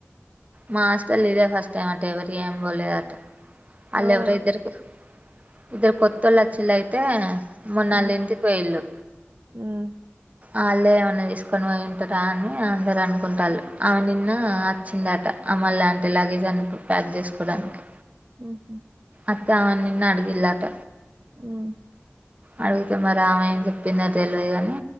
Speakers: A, on the right; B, on the right.
A: మా హాస్టల్లో ఇదే ఫస్ట్ టైమ్ అట్ట ఎవరివి ఏం పోలేదు అట ఆళ్ళ
B: ఎవలన
A: ఎవరు ఇద్దరుకు ఇద్దరు కొత్తొళ్ళు వోచ్చేళ్ళు అయితే మొన్న
B: ఉమ్
A: వాళ్లు ఇంటికి పోయి ఇల్లు
B: ఉమ్
A: అల్లే ఏమన్నా తీసుకొని పోయింటారా అని అందరు అనుకుంటారుళ్ళు ఆమె నిన్న వచ్చిందట ఆమే లాంటి లగేజ్ అని ప్యాక్ చేసుకోవడానికి
B: ఉహు
A: అత్త నిన్ను అడిగిల్లట
B: ఉ
A: అడుగుతే మరి అమే చెప్పిందో తెలవదు కాని